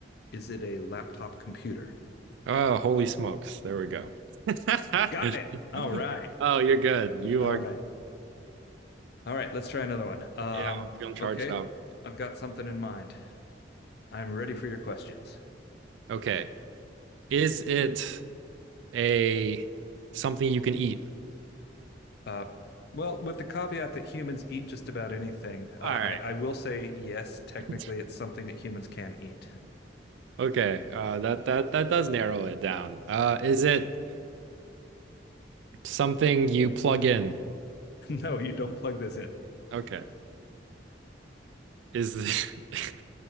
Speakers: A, on the left (about 60°); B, on the right (about 80°).
A: Is it a laptop computer?
B: Oh, holy smokes. There we go. <laughs>
A: Got it. All right.
B: Oh, you're good. You
A: All
B: are,
A: right. All right. Let's try another one. Um,
B: yeah, feeling charged
A: okay.
B: up.
A: I've got something in mind. I'm ready for your questions.
B: Okay. Is it a something you can eat?
A: Uh, well, with the caveat that humans eat just about anything, uh,
B: All right.
A: I, I will say yes, technically,
B: <laughs>
A: it's something that humans can eat. <laughs>
B: Okay, uh, that that that does narrow it down. Uh, is it something you plug in?
A: No, you don't plug this in.
B: Okay, is th-